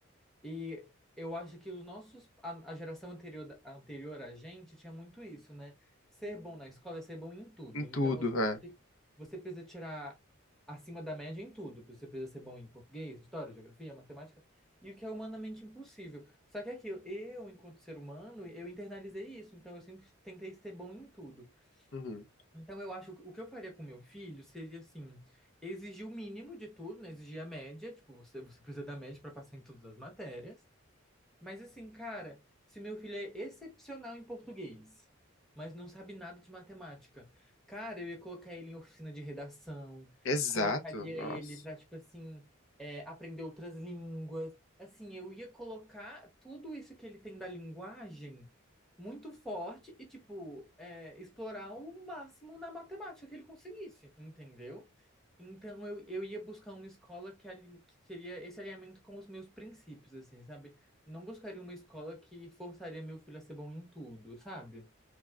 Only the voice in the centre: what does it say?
E eu acho que os nossos, a, a geração anterior, da- anterior a gente tinha muito isso, né? Ser bom na escola é ser bom em tudo.
Então você,
precisa- você precisa tirar acima da média em tudo. Você precisa ser bom em português, história, geografia, matemática, e o que é humanamente impossível. Só que é aquilo, eu, enquanto ser humano, eu internalizei isso, então eu sempre tentei ser bom em tudo.
Então eu acho que o que eu faria com meu filho seria assim, exigir o mínimo de tudo, né? Exigir a média, tipo, você, você precisa da média para passar em todas as matérias. Mas assim, cara, se meu filho é excepcional em português, mas não sabe nada de matemática, cara, eu ia colocar ele em oficina de redação,
colocaria
ele para, tipo assim, é, aprender outras línguas. Assim, eu ia colocar tudo isso que ele tem da linguagem muito forte e, tipo, é, explorar o máximo na matemática que ele conseguisse, entendeu? Então, eu, eu ia buscar uma escola que, ali- que teria esse alinhamento com os meus princípios, assim, sabe? não buscaria uma escola que forçaria meu filho a ser bom em tudo, sabe?